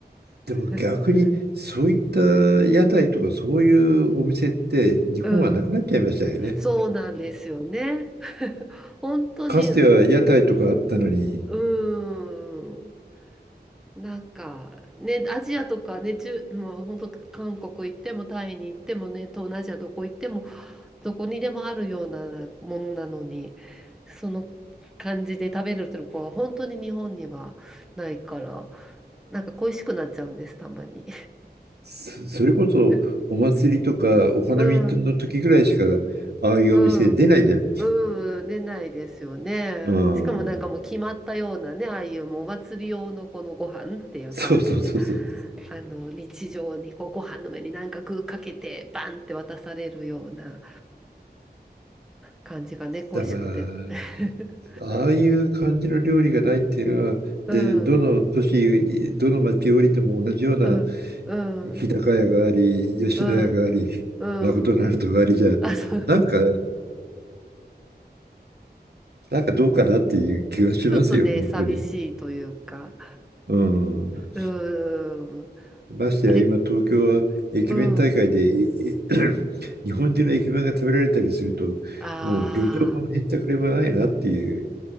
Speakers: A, on the right; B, in the centre.
A: でも逆にそういった屋台とかそういうお店って日本はなくなっちゃいましたよね。
B: <laughs> うん、そうなんですよね。<laughs> 本当に、
A: かつては屋台とかあったのに、
B: うん。なんかね、アジアとかね、中、もう本当韓国行ってもタイに行ってもね、東南アジアどこ行ってもどこにでもあるようなものなのに、その感じで食べるとこは本当に日本にはないから、なんか恋しくなっちゃうんです、たまに。
A: そそれこそお祭りとかお花見の時ぐらいしか
B: <laughs> うん。
A: ああいうお店出ないじゃない。
B: うん。うん、出ないですよね。
A: う
B: しかもなんかもう決まったようなね、
A: ん。
B: ああいうもうお祭り用のこのご飯っていう感じで、
A: そうそうそうそう。
B: あの、日常にこうご飯の上になんか具かけて、バンって渡されるような感じがね、恋しくて。
A: だから、
B: <laughs>
A: ああいう感じの料理がないっていうのは、
B: うん、
A: で、どの都市、どの町降りても同じような
B: うん、うん、
A: 日高屋があり、吉野家があり、
B: うん、うん。
A: マクドナルドがありじゃ、
B: <laughs> あ、そう。
A: なんか、なんかどうかなっていう気がしますよ、
B: <laughs> ちょっとね、
A: 本当に。
B: 寂しいというか、
A: うん。
B: うん。
A: ましてや、
B: あれ、
A: 今、東京は駅弁大会でいい
B: うん。
A: <clears throat> 日本人の駅弁が食べられたりすると、
B: ああ。
A: もう旅情も減ったくれもないなっていう。